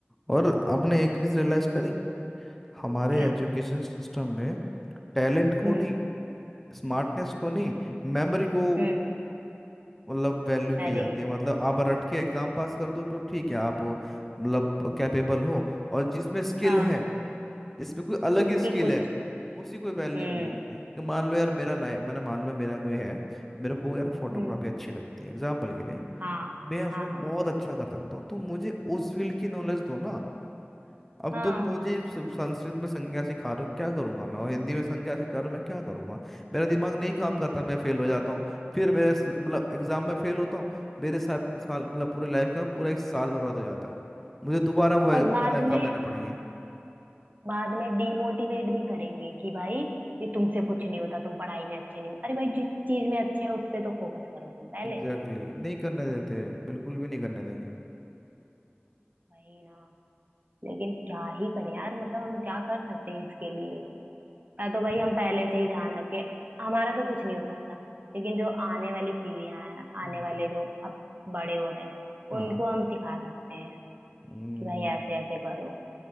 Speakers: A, in the centre; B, on the right.
A: और आपने एक चीज़ रियलाइज़ करी हमारे
B: क्या
A: एजुकेशन सिस्टम में टैलेंट को
B: हम्म
A: नहीं स्मार्टनेस को नहीं मेमोरी को
B: हम्म
A: मतलब वैल्यू की
B: अरे
A: जाती है मतलब आप रट के एग्जाम पास कर दो तो ठीक है आप मतलब कैपेबल हो और जिसमें स्किल
B: हाँ
A: है जिसमें कोई अलग
B: उसकी
A: ही स्किल
B: कुछ
A: है उसी कोई वैल्यू
B: हम्म
A: नहीं है कि मान लो यार मेरा लाइफ मैंने मान लो मेरा कोई है मेरे को यार फोटोग्राफी
B: हम्म
A: अच्छी लगती है एग्जाम्पल के लिए
B: हाँ
A: मैं उसमें
B: हाँ
A: बहुत अच्छा कर सकता हूँ तो मुझे उस फील्ड की नॉलेज दो ना अब
B: हाँ
A: तुम मुझे सब- संस्कृत में संज्ञा सिखा रहे हो क्या करूंगा मैं और हिंदी में संज्ञा सिखा रहे हो मैं क्या करूंगा मेरा दिमाग नहीं काम करता
B: वही
A: मैं फेल हो जाता हूँ फिर मेरे स्ल- मतलब एग्जाम में फेल होता हूँ मेरे साथ का साल मतलब पूरे लाइफ का पूरा एक साल बर्बाद हो जाता है मुझे दोबारा वो
B: और
A: वाला
B: बाद
A: एग्जाम
B: में
A: देने पड़ेंगे
B: बाद में डीमोटिवेट भी करेंगे कि भाई ये तुमसे कुछ नहीं होता तुम पढ़ाई में अच्छे नहीं हो अरे भाई जिस चीज में अच्छे हैं उस पे तो फोकस करो तुम पहले
A: Exactly exactly. नहीं करने देते बिल्कुल भी नहीं करने देंगे
B: वही ना लेकिन क्या ही करें यार मतलब हम क्या कर सकते हैं इसके लिए ना तो भाई
A: हाँ
B: हम पहले से ही ध्यान रखे हमारा तो कुछ नहीं हो सकता लेकिन जो आने वाली पीढ़ियां हैं आने
A: हम्म,
B: वाले जो अब बड़े हो रहे हैं
A: हाँ,
B: उनको हम सिखा सकते हैं
A: हम्म,
B: कि भाई ऐसे ऐसे करो